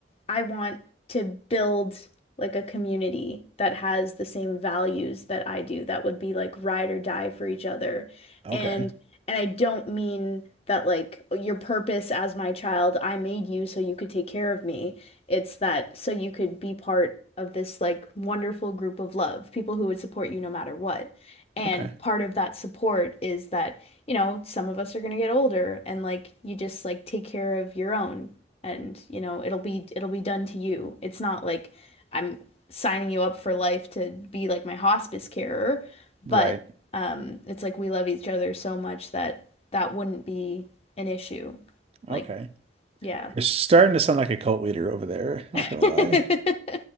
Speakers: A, on the left; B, on the right.
A: I want to build like a community that has the same values that I do, that would be like ride or die for each other.
B: Okay.
A: And and I don't mean that like your purpose as my child, I made you so you could take care of me. It's that so you could be part of this like wonderful group of love, people who would support you no matter what. And
B: Okay.
A: part of that support is that, you know, some of us are going to get older and like you just like take care of your own and you know it'll be it'll be done to you it's not like i'm signing you up for life to be like my hospice carer but
B: Right.
A: um it's like we love each other so much that that wouldn't be an issue like
B: Okay.
A: yeah
B: You're starting to sound like a cult leader over there, not
A: <laughs>
B: gonna lie.